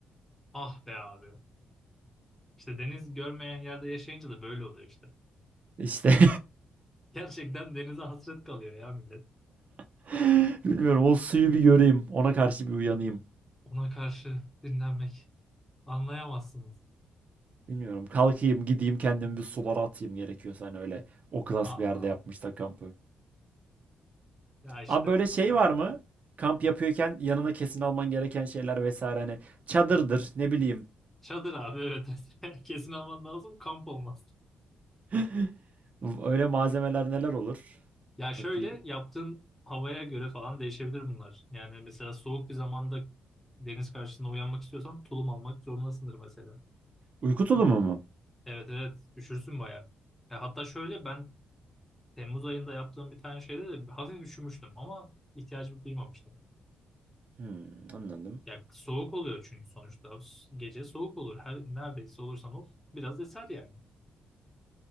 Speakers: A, in the centre; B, on the right.
A: Ah be abi. İşte deniz görmeyen yerde yaşayınca da böyle oluyor işte.
B: İşte
A: Gerçekten denize hasret kalıyor ya millet.
B: <laughs> bilmiyorum o suyu bir göreyim, ona karşı bir uyanayım.
A: Ona karşı dinlenmek. Anlayamazsınız.
B: Bilmiyorum. Kalkayım, gideyim kendimi bir sulara atayım gerekiyorsa hani öyle o klas
A: Aman.
B: bir yerde yapmışsa kampı.
A: Ya işte
B: Abi böyle şey var mı? Kamp yapıyorken yanına kesin alman gereken şeyler vesaire hani çadırdır, ne bileyim.
A: çadır abi evet. <laughs> Kesin alman lazım kamp olmaz.
B: <laughs> Öyle malzemeler neler olur?
A: Ya şöyle
B: Bakayım.
A: yaptığın havaya göre falan değişebilir bunlar. Yani mesela soğuk bir zamanda deniz karşısında uyanmak istiyorsan tulum almak zorundasındır mesela.
B: Uyku tulumu
A: Evet
B: mu?
A: evet, evet. üşürsün bayağı. Ya hatta şöyle ben Temmuz ayında yaptığım bir tane şeyde de hafif üşümüştüm ama ihtiyacımı duymamıştım.
B: Hmm, anladım.
A: Ya soğuk oluyor çünkü sonuçta. Gece soğuk olur. Her neredeyse olursam ol. Biraz eser yani.